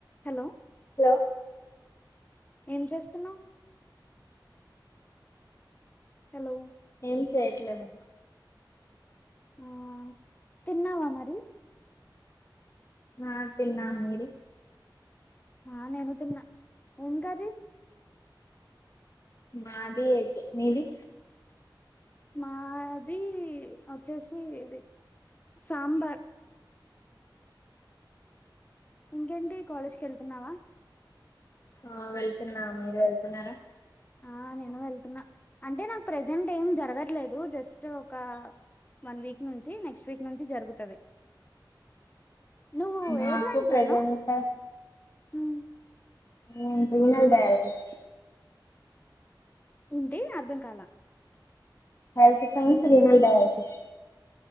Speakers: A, on the left; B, on the left.
A: హలో
B: హలో
A: ఏం చేస్తున్నావు హలో
B: ఏం చేయట్లేదు
A: ఆ తిన్నావా మరి
B: నా తిన్నా మీరు
A: ఆ నేను తిన్న ఏం కర్రి
B: మాది ఎగ్ మీది
A: మాది వచ్చేసి ఇది సాంబార్ ఇంకేంటి కాలేజ్ కి వెళ్తున్నావా
B: ఆ వెళ్తున్నా మీరు వెళ్తున్నారా
A: ఆ నేను వెళ్తున్నా అంటే నాకు ప్రజెంట్ ఏం జరగట్లేదు జస్ట్ ఒక వన్ వీక్ నుంచి నెక్స్ట్ వీక్ నుంచి జరుగుతది నువ్
B: నాకు
A: ఏ బ్రాంచ్
B: ప్రజెంట్
A: అన్నవ్ ఉ
B: నేన్ రీనల్ డయాలసిస్
A: ఉ ఇంతె అర్ధం కాల
B: హెల్త్ సైన్స్ రీనాల్ డయాలసిస్